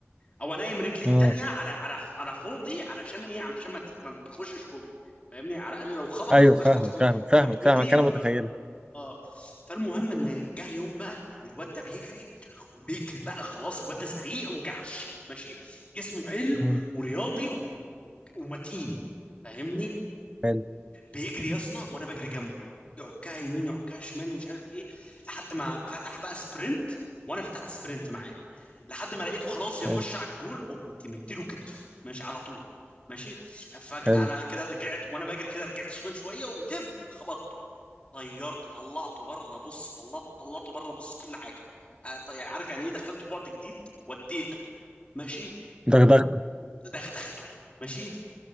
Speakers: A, on the left; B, on the right.
A: او انيم رجلي التانيه
B: آه.
A: على على على حوضي علشان ايه علشان ما تخ- ما تخشش كوبري فاهمني على الاقل لو خبطت
B: أيوه فاهمك
A: تخبط في
B: فاهمك
A: في
B: فاهمك
A: ركبتي
B: فاهمك أنا
A: اه
B: متخيلة
A: آه. فالمهم ان جه يوم بقى ان الواد ده بيجري وبيجري بقى خلاص الواد ده سريع وجعش ماشي جسمه حلو
B: مم.
A: ورياضي و- ومتين فاهمني
B: حلو
A: بيجري يا اسطى وانا بجري جنبه يعكها يمين يعكها شمال ومش عارف ايه لحد ما فتح بقى سبرنت وانا فتحت سبرنت معاه لحد ما لقيته خلاص هيخش
B: حلو
A: على الجول قمت مديله كتف ماشي على طول ماشي فجأة
B: حلو
A: انا كده رجعت وانا بجري كده رجعت شمال شويه ودب خبطته طيرته طلعته بره بص طلعته طلعته بره بص كل حاجه آه، طي- يعني عارف يعني ايه دخلته بعد جديد وديته ماشي
B: دغدغته
A: دخ- دخلته ماشي